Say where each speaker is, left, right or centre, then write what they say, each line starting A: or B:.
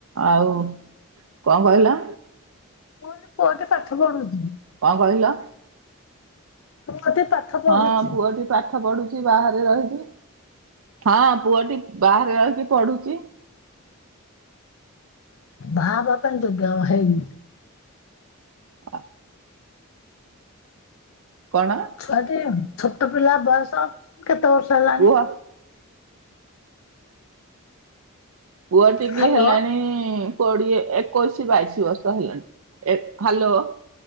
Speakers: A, on the right (about 80°); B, on the left (about 70°).
A: ଆଉ କଣ କହିଲ?
B: ମୁଁ କହିଲି ପୁଅ ଟି ପାଠ ପଢୁଚି।
A: କଣ କହିଲ?
B: ପୁଅଟି ପାଠ ପଢୁଛି।
A: ହଁ ପୁଅଟି ପାଠ ପଢୁଛି ବାହାରେ ରହିକି ହଁ ପୁଅଟି ବାହାରେ ରହିକି ପଢୁଚି
B: ବାହା ହବା ପାଇଁ ଯୋଗ୍ୟ ହେଇନି
A: <unintelligible> କଣ?
B: ଛୁଆଟି ଛୋଟ ପିଲା ବୟସ କେତେ ବର୍ଷ ହେଲାଣି?
A: କୁହ? ପୁଅ ଟିକି
B: ହ୍ୟାଲୋ
A: ହେଲାଣି କୋଡିଏ ଏକୋଇଶି ବାଇଶି ବର୍ଷ ହେଲାଣି ହ୍ୟାଲୋ